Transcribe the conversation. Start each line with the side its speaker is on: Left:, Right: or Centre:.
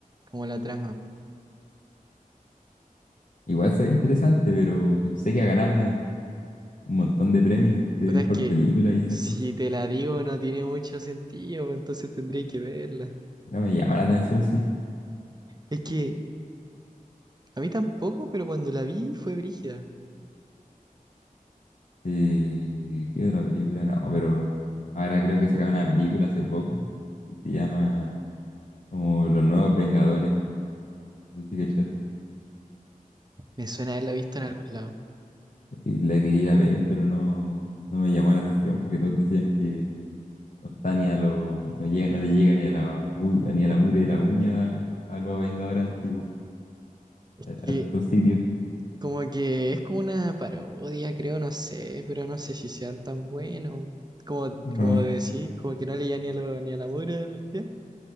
Right: como la trama.
Left: igual se ve interesante, pero sé que ha ganado una- un montón de premios de
Right: Puta,
Left: mejor
Right: es que
Left: película y esas
Right: si
Left: cosas.
Right: te la digo no tiene mucho sentido, entonces tendréis que verla.
Left: No me llama la atención, sí.
Right: Es que a mí tampoco, pero cuando la vi fue brígida.
Left: Eh, ¿qué otra película? No, pero ahora creo que sacaron una película hace poco que se llama como Los Nuevos Vengadores. No sé si cachaste.
Right: Me suena haberla visto en algún lado.
Left: Y la quería ir a ver, pero no, no me llamó la atención porque todos decían que no está ni a los, no llega, no le llega ni a la mu- ni a la mugre de la uña a, a los Vengadores antiguos,
Right: Es
Left: a
Right: que
Left: a estos sitios.
Right: Como que es como una parodia, creo, no sé, pero no sé si sean tan buenos. Como,
Left: No
Right: como
Left: me,
Right: Mm, decir, como que no leía ni a lo, ni a la mugre del pie.